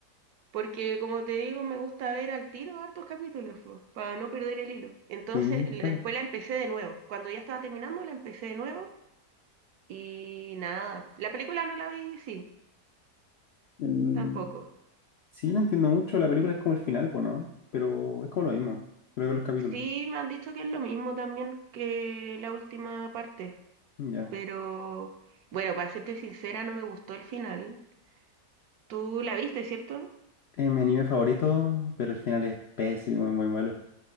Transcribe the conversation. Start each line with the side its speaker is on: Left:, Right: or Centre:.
Right: Porque como te digo, me gusta ver al tiro hartos capítulos, po, para no perder el hilo. Entonces,
Left: Sí,
Right: le-
Left: está-
Right: después la empecé de nuevo. Cuando ya estaba terminando, la empecé de nuevo y nada. La película no la vi, sí,
Left: mm,
Right: tampoco.
Left: sí, la entiendo mucho. La película es como el final, pues, ¿no? Pero es como lo mismo. Creo que los capítulos.
Right: Sí, me han dicho que es lo mismo también que la última parte,
Left: Ya.
Right: pero bueno, para serte sincera, no me gustó el final. ¿Tú la viste, cierto?
Left: Es mi anime favorito, pero el final es pésimo, es muy malo.